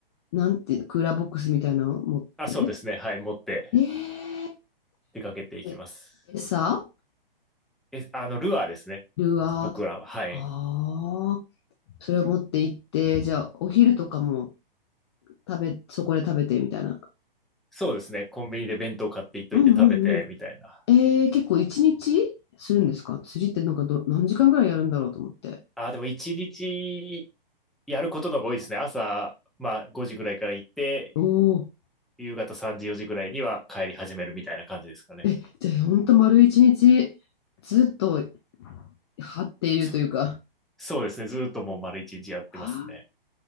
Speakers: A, on the left; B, in the centre.
A: なんていうの、クーラーボックスみたいなのを持って。
B: あ、そうですね、はい、持って
A: ええ
B: 出かけていきます。
A: え餌
B: え、あの、ルアーですね、
A: ルアーと。
B: 僕らは。はい。
A: ああ、それを持って行って、じゃあ、お昼とかも食べ、そこで食べてみたいな。
B: そうですね。コンビニで弁当買っていっといて食べてみたいな。
A: うんうんえー、結構一日するんですか釣りってなんかど、何時間ぐらいやるんだろうと思って。
B: あーでも一日やることの方が多いですね。朝、まあ5時ぐらいから行って、
A: おお。
B: 夕方3時、4時ぐらいには帰り始めるみたいな感じですかね。
A: え、じゃあほんと丸一日ずっと張っているというか。
B: そ、そうですね。ずーっともう丸一日やってますね。
A: はあ、